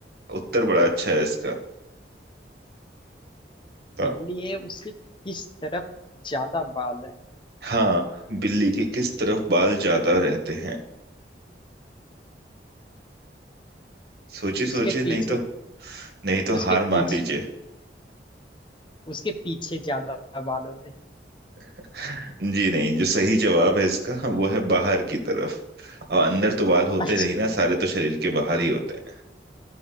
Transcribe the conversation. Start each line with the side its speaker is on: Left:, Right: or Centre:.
Right: उत्तर बड़ा अच्छा है इसका तो,
Left: बिल्ली है उसके किस तरफ ज्यादा बाल है
Right: हाँ बिल्ली के किस तरफ बाल ज्यादा रहते हैं सोचिए सोचिए
Left: उसके पीछे
Right: नहीं तो नहीं तो
Left: उसके
Right: हार
Left: पीछे
Right: मान लीजिए
Left: उसके पीछे ज्यादा बाल होते हैं।
Right: <laughs> जी नहीं जो सही जवाब है इसका वो है बाहर की तरफ और अंदर तो बाल होते
Left: अच्छा
Right: नहीं ना सारे तो शरीर के बाहर ही होते हैं